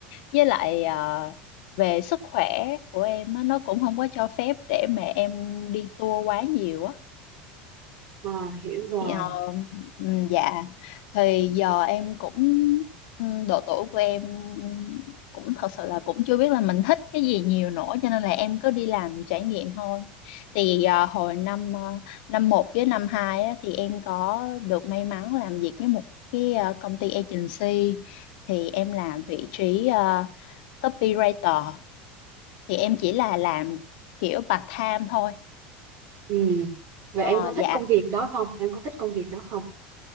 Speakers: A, on the left; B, on the right.
A: với lại ờ, về sức khỏe của em á, nó cũng không có cho phép để mà em đi tour quá nhiều á
B: À, hiểu rồi.
A: thì, ờ, ừm, dạ thì giờ em cũng ừm, độ tuổi của em cũng thật sự là cũng chưa biết là mình thích cái gì nhiều nữa cho nên là em cứ đi làm trải nghiệm thôi thì ờ, hồi năm ờ, năm một với năm hai á, thì em có được may mắn làm việc với một cái ờ, công ty agency thì em làm vị trí ờ, copywriter thì em chỉ là làm kiểu part time thôi
B: Ừm. Vậy
A: Ờ
B: em có thích
A: dạ
B: công việc đó không? Em có thích công việc đó không?